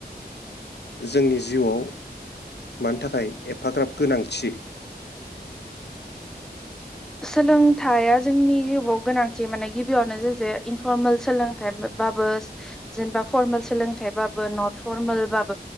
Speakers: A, on the left (about 80°); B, in the centre.
A: जोंनि जिउआव मानि थाखाय एफाग्राब गोनांथि?
B: सोलोंथाइया जोंनि जिउआव गोनांथि माने गिबियावनो जेसे इनफरमेल सोलोंथाइ बाबो जेनेबा फरमेल सोलोंथाइ बाबो नट फरमेलबाबो